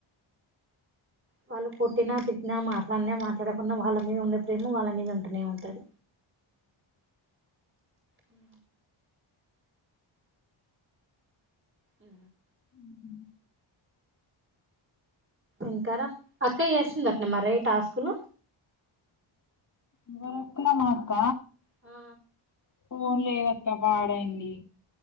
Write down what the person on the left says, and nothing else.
హ్ హు
ఏవరక్క మా అక్క
ఫోన్ లేదత్తా పాడైంది